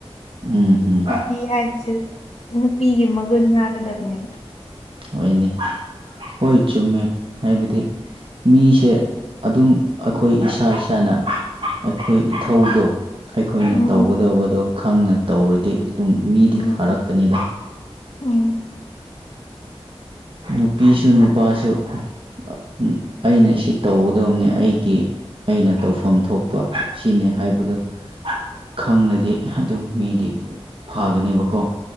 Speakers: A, on the right; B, on the left.
A: ꯎꯝ ꯍꯨꯝ
B: ꯅꯨꯄꯤ ꯍꯥꯏꯁꯤꯁꯨ ꯅꯨꯄꯤꯒꯤ ꯃꯒꯨꯟ ꯉꯥꯛꯀꯗꯕꯅꯦꯕ
A: ꯍꯣꯏꯅꯦ ꯍꯣꯏ ꯆꯨꯝꯃꯦ ꯍꯥꯏꯕꯗꯤ ꯃꯤꯁꯦ ꯑꯗꯨꯝ ꯑꯈꯣꯏ ꯏꯁꯥ ꯏꯁꯥꯅ ꯑꯩꯈꯣꯏ ꯏꯊꯧꯗꯣ ꯑꯩꯈꯣꯏꯅ
B: ꯎꯝ
A: ꯇꯧꯒꯗꯧꯕꯗꯣ ꯈꯪꯅ ꯇꯧꯔꯗꯤ ꯗꯨꯝ ꯃꯤꯗꯤ
B: ꯎꯝ
A: ꯐꯥꯔꯛꯀꯅꯤꯗ
B: ꯎꯝ
A: ꯅꯨꯄꯤꯁꯨ ꯅꯨꯄꯥꯁꯨ ꯍꯥ ꯑꯥ ꯎꯝ ꯑꯩꯅ ꯁꯤ ꯇꯧꯒꯗꯕꯅꯦ ꯑꯩꯒꯤ ꯑꯩꯅ ꯇꯧꯐꯝ ꯊꯣꯛꯄ ꯁꯤꯅꯦ ꯍꯥꯏꯕꯗꯣ ꯈꯪꯉꯥꯗꯤ ꯑꯗꯨꯝ ꯃꯤꯗꯤ ꯐꯥꯒꯅꯦꯕꯀꯣ